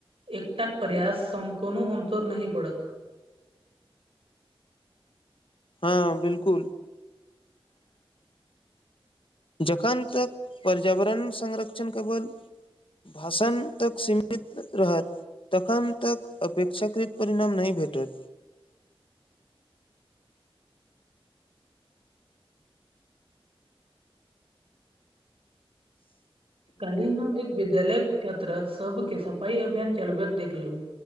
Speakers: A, on the right; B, on the left.
A: एकटा पर्यास संग कोनो अन्तोर नहि पड़त
B: हँ बिल्कुल जखन तक पर्यावरण संरक्षण केवल भाषण तक सीमित रहत तखन तक अपेक्षाकृत परिणाम नहि भेटैत
A: काल्हि हम एक विद्यालय क्षेत्र सबके सफाई अभियान चलबैत देखलहु